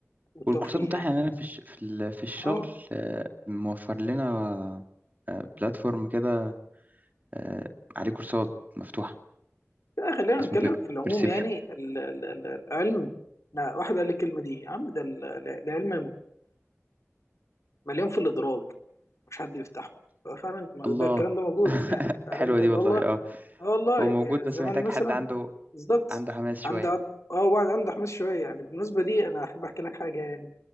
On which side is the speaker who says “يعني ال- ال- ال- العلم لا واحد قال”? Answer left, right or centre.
Left